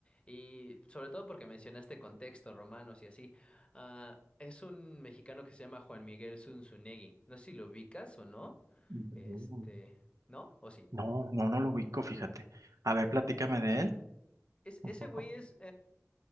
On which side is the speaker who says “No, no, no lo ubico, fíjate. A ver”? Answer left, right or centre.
Right